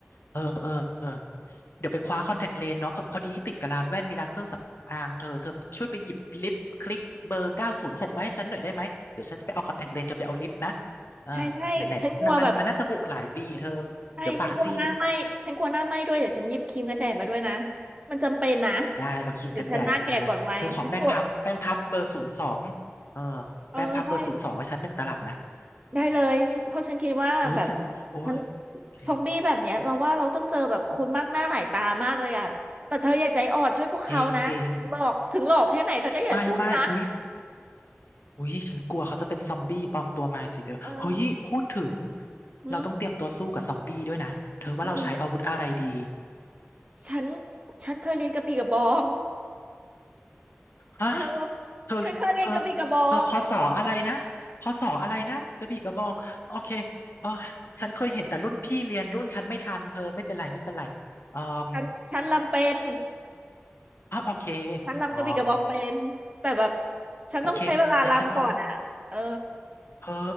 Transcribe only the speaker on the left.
เออเออเออ เดี๋ยวไปคว้าคอนแทคเลนส์เนาะพอพอดีติดกับร้านแว่นมีร้านเครื่องสำอางเธอเธอช่วยไปหยิบลิปคลิกเบอร์เก้าศูนย์หกมาให้ฉันหน่อยได้ไหมเดี๋ยวฉันไปเอาคอนแทคเลนส์เธอไปเอาลิปนะอ่าไหนไหนมันมันมันน่าจะบวกหลายปีเธอ
เดี๋ยวปากซีด
ได้เอาครีมกันแดดมาเธอขอแป้งพับแป้งพับเบอร์ศูนย์สองเออ
แป้งพับเบอร์ศูนย์สองให้ฉันหนึ่งตลับนะ
อืมโอ้ยเสร็จโอ้ยโอเค
จริงจริงไม่ไม่อุ๊ย อุ้ยฉันกลัวเขาจะเป็นซอมบี้ปลอมตัวมาสิเธอเฮ้ยพูดถึง
เราต้องเตรียมตัวสู้กับซอมบี้ด้วยนะเธอว่าเราใช้อาวุธอะไรดี
ฮะ
เธอเธอ
เธอพอสออะไรนะพอสออะไรนั่นกระบี่กระบองโอเคอ๋อฉันเคยเห็นแต่รุ่นพี่เรียนรุ่นฉันไม่ทันเธอไม่เป็นไรไม่เป็นไรอืม
อ๋อโอเค
อ๋อ
โอเคงั้นฉันเอาเธอ